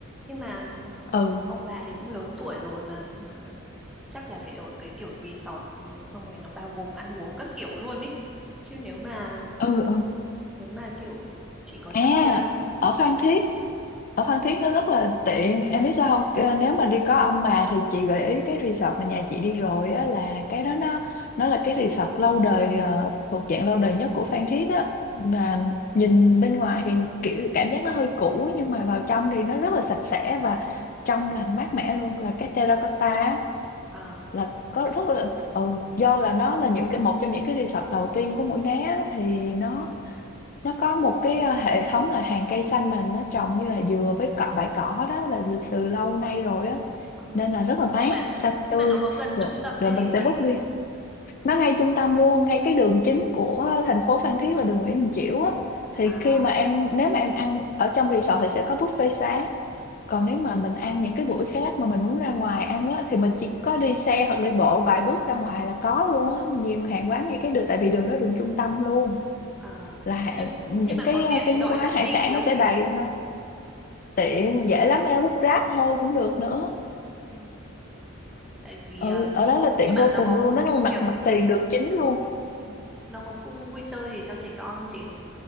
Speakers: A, in the centre; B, on the left.
A: nhưng mà
B: Ừ,
A: ông bà thì cũng lớn tuổi rồi mà mà chắc là phải ở cái kiểu resort ừ, xong rồi nó bao gồm ăn uống các kiểu luôn ấy chứ nếu mà
B: ừ, ừ.
A: nếu mà kiểu chỉ có
B: À,
A: đi ờ,
B: ở Phan Thiết, ở Phan Thiết nó rất là tiện. Em biết sao không? Kê- Nếu mà đi có ông bà thì chị gợi ý cái resort mà nhà chị đi rồi á là cái đó nó nó là cái resort lâu đời ờ, thuộc dạng lâu đời nhất của Phan Thiết á. Mà nhìn bên ngoài thì kiểu cảm giác nó hơi cũ nhưng mà vào trong thì nó rất là sạch sẽ và trong lành mát mẻ luôn là cái Terracotta á,
A: à,
B: là có rất là ừ do là nó là những cái một trong những cái resort đầu tiên của Mũi Né á, thì nó nó có một cái ờ, hệ thống là hàng cây xanh mình nó trồng như là dừa với cọ bãi cỏ đó là từ lâu nay rồi á
A: à.
B: nên là rất là mát
A: nhưng mà
B: xanh
A: nhưng
B: tươi
A: mà nó có gần
B: rồi
A: trung tâm
B: rồi
A: hay
B: mình
A: gì không
B: sẽ
A: chị
B: book riêng nó ngay trung tâm luôn ngay cái đường chính của thành phố Phan Thiết là đường Nguyễn Đình Chiểu á thì
A: à
B: khi mà em nếu mà em ăn ở trong resort thì sẽ có buffet sáng còn nếu mà mình ăn những cái buổi khác mà mình muốn ra ngoài ăn á thì mình chỉ có đi xe hoặc đi bộ vài bước ra ngoài là có luôn á nhiều hàng quán ngay cái đường tại vì đường đó đường trung tâm luôn
A: à
B: là hạ-
A: nhưng
B: những
A: nhưng mà
B: cái
A: có tiện
B: cái
A: gọi
B: quán
A: taxi
B: hải sản
A: gì
B: nó
A: không
B: sẽ
A: chị
B: đầy lên tiện dễ lắm ra bút ráp thôi cũng được nữa
A: ừ. tại vì
B: ừ
A: ờ,
B: ở đó là tiện
A: nhưng mà
B: vô
A: nó
B: cùng
A: có
B: luôn
A: khu
B: nó là mặt
A: kiểu
B: mặt tiền đường chính luôn
A: ừ, nó có khu vui chơi gì cho trẻ con không chị